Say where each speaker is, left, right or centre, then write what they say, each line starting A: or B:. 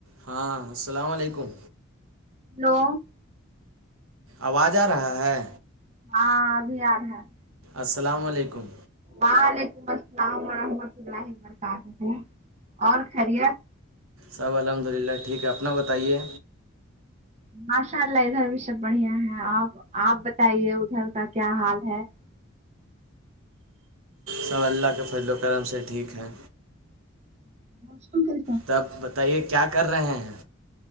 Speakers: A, on the right; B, on the right.
A: ہاں السلام علیکم
B: ہیلو
A: آواز آ رہا ہے
B: ہاں ابھی آ رہا ہے
A: السلام علیکم
B: وعلیکم السلام ورحمۃ اللہ وبرکاتہ اور خیریت
A: سب الحمد للہ ٹھیک ہے اپنا بتائیے
B: ماشاء اللہ ادھر بھی سب بڑھیا ہے آپ آپ بتائیے ادھر کا کیا حال ہے
A: سب اللہ کے فضل و کرم سے ٹھیک ہے
B: بس کر
A: تب بتائیے کیا کر رہے ہیں